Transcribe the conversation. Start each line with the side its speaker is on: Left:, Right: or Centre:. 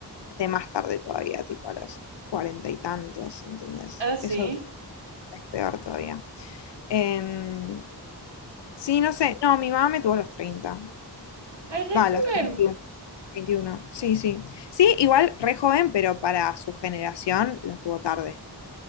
Left: de más tarde todavía, tipo a los cuarenta y tantos, ¿entendés?
Right: Ah, sí.
Left: Eso es peor todavía. Em, Sí, no sé. No, mi mamá me tuvo a los treinta
Right: Es re
Left: Va,
Right: joven.
Left: a los veintiuno veintiuno Sí, sí. Sí, igual re joven, pero para su generación lo tuvo tarde.